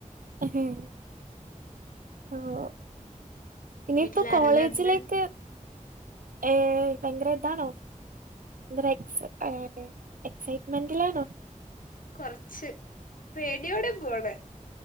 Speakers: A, on the right; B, on the left.
A: എഹും ഓഹ് ഇനിയിപ്പോ
B: വീട്ടിൽ ആരെല്ലാം
A: കോളേജിലേക്ക്
B: ഉണ്ട്
A: ഏ ഭയങ്കര ഇതാണോ ബ്രേക്സ് എക് എക്സൈറ്റ്മെന്റിലാണോ?
B: കൊറച്ച് പേടിയോടെ പോണേ